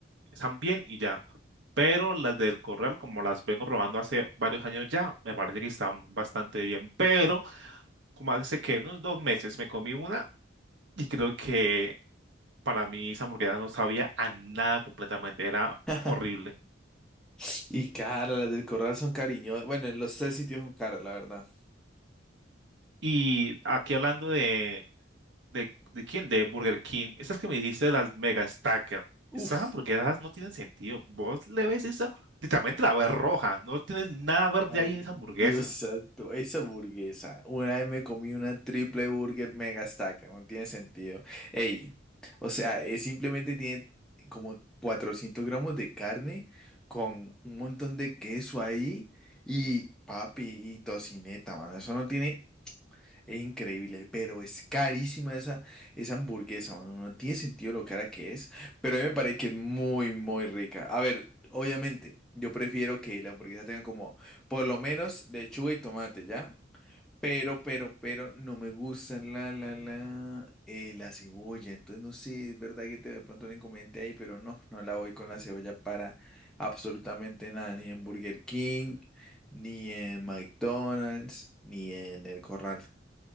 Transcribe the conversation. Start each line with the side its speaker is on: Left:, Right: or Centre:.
Right: Están bien y ya. Pero las del Corral, como las vengo probando hace varios años ya, me parece que están bastante bien. Pero, como hace que unos dos meses me comí una y creo que para mí esa hamburguesa no sabía a nada completamente. Era
Centre: <laughs>
Right: horrible.
Centre: Y caras, las del corral son cariñosas. Bueno, en los tres sitios son caras, la verdad.
Right: Y aquí hablando de ¿De, de quién? De Burger King. Esas que me dijiste de las Mega Stacker.
Centre: Uf.
Right: Esas hamburguesas no tienen sentido. Vos le ves eso, literalmente la ves roja. No tienes nada verde
Centre: Ay,
Right: ahí en esa hamburguesa.
Centre: Dios santo, esa hamburguesa. Una vez me comí una triple burger mega stack, no tiene sentido. Ey, o sea, es simplemente tiene como 400 gramos de carne con un montón de queso ahí y papi y tocineta, mano. Eso no tiene. Es increíble, pero es carísima esa, esa hamburguesa, mano. No tiene sentido lo cara que es, pero a mí me parece que es muy, muy rica. A ver, obviamente, yo prefiero que la hamburguesa tenga como por lo menos lechuga y tomate, ¿ya? Pero, pero, pero no me gusta la, la, la, eh, la cebolla. Entonces, no sé, es verdad que te de pronto un inconveniente ahí, pero no, no la voy con la cebolla para absolutamente nada, ni en Burger King, ni en McDonald's, ni en el Corral.